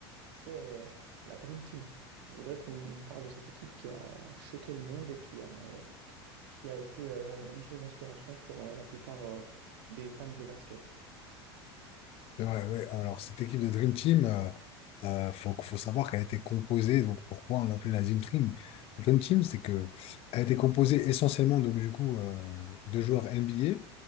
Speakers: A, on the right; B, on the left.
A: c'est euh, la Dream Team. Je voudrais qu'on parle de cette équipe qui a choqué le monde et qui a euh, qui a été euh, une chose d'inspiration pour euh, la plupart euh, des fans de basket.
B: C'est vrai, ouais. Alors, cette équipe de Dream Team, euh, euh, faut, faut savoir qu'elle a été composée, donc pourquoi on l'appelait la Dream Team? La Dream Team, c'est que elle a été composée essentiellement, donc du coup, euh, de joueurs NBA,